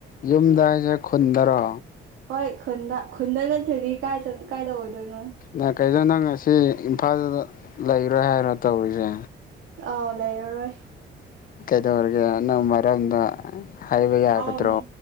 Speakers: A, on the left (about 45°); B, on the right (about 80°).
A: ꯌꯨꯝꯗꯥꯏꯁ ꯈꯟꯗ꯭ꯔ
B: ꯍꯣꯏꯟꯗꯥ ꯈꯨꯟꯗ ꯅꯠꯇꯔꯤ ꯀ ꯀꯥꯏꯗ ꯑꯣꯏꯗꯣꯏꯅꯣ
A: ꯅ ꯀꯩꯩꯅꯣ ꯅꯪ ꯉꯁꯤ ꯏꯝꯐꯥꯜꯗ ꯂꯩꯔꯣꯏ ꯍꯥꯏꯔꯣ ꯇꯧꯔꯤꯁꯦ
B: ꯑ ꯂꯩꯔꯔꯣꯏ
A: ꯀꯩꯗꯧꯔꯒ ꯅꯪ ꯃꯥꯔ ꯀꯝꯅ ꯍꯥꯏꯕ ꯌꯥꯒꯗ꯭ꯔꯣ
B: ꯑꯝ